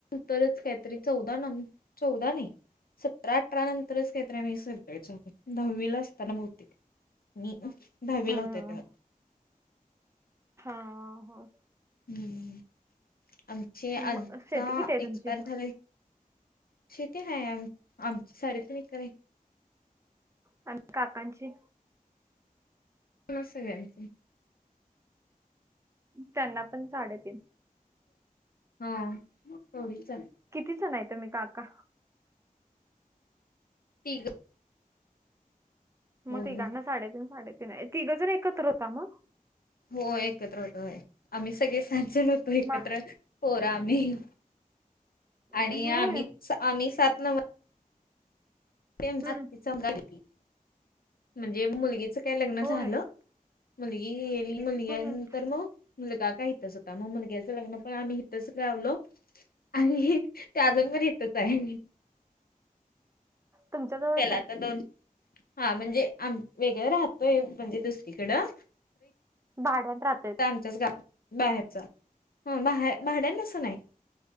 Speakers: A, on the left; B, on the right.
A: तरच काय तरी चौदा न चौदा न सतरा अठरा नंतरच काहीतरी मी सगयचोत दहावीला असताना भौतिक मी दहावी
B: हम्म
A: ला होते तवा
B: हा ह
A: हम् आमचे आजा
B: मग शेती किती आहे
A: एक्सपायर
B: तुमची
A: झाले शेती आहे आमची साडे तीन एकर
B: आणि काकांची?
A: न स जाची <unintelligible>
B: त्यांना पण साडेतीन.
A: हा तेवढीच
B: किती जण आहे तुम्ही काका
A: तिघ
B: मग
A: हो
B: तिघांना
A: हो
B: साडेतीन साडेतीन आहे, तिघं जर एकत्र होता मग?
A: हो एकत्र होतो होय आम्ही सगळे सात जन होतो एकत्र.
B: मा
A: पोरं आम्ही आणि
B: होय
A: आम्ही आम्ही सात न्हव ते <unintelligible>
B: हम्म
A: म्हणजे मुलगीच काय लग्न
B: होय
A: झालं मुलगी एली मुलगी
B: हम्म
A: नंतर मग. मुलगा का इथच होता मग मुलग्याचं लग्न पण आम्ही इथंच लावलो आणि तो अजून पण इथच आहे.
B: तुमच्या जवळच
A: त्याला
B: आहे
A: आता दोन हा म्हणजे आम वेगळं राहतोय म्हणजे दुसरीकडं
B: भाड्यात राह
A: आमच्याच गा बाहेरच ह बा भाड्यान अस नाही.